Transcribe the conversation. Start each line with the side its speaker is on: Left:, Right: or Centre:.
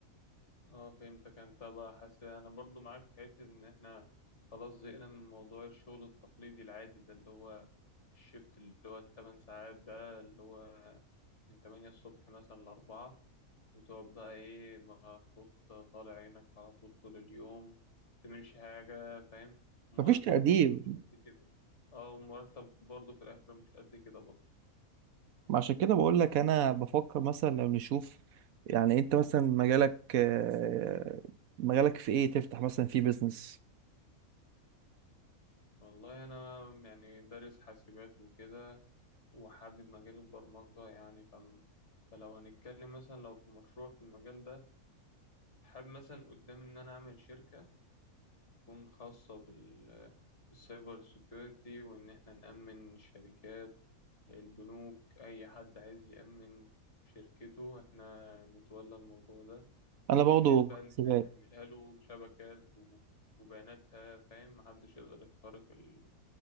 Left: اه فهمتك انت بقى حاسس انا برضو معاك في حتة ان احنا خلاص زهقنا من موضوع الشغل التقليدي العادي ده اللي هو الشيفت اللي هو التمن ساعات ده اللي هو من تمانية الصبح مثلا لأربعة وتقعد بقى ايه مفروض طالع عينك على طول طول اليوم متعملش حاجة فاهم المرتب
Right: مفيش تقدير
Left: برضو مش قد كده اه والمرتب برضو في الآخر مش قد كده برضو
Right: ما عشان كده بقول لك انا بفكر مثلا لو نشوف يعني انت مثلا مجالك آه، مجالك في ايه تفتح مثلا في بيزنس
Left: والله أنا يعني دارس حاسبات وكده وحابب مجال البرمجة يعني فم... فلو هنتكلم مثلا لو في مشروع في المجال ده حابب مثلا قدام إن أنا أعمل شركة تكون خاصة بال... بالسايبر سيكيورتي وإن إحنا نأمن الشركات البنوك أي حد عايز يأمن شركته إحنا نتولى الموضوع ده
Right: انا برضه
Left: من حيث بقى إن
Right: حاسبات
Left: إحنا نعملها له شبكات و... وبياناتها فاهم محدش يقدر يخترق ال...